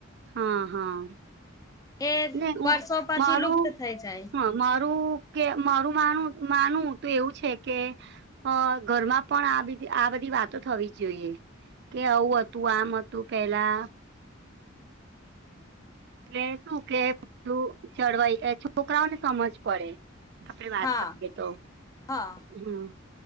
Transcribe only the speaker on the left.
એ
વર્ષો પછી
લુપ્ત થઈ જાય.
હા
હા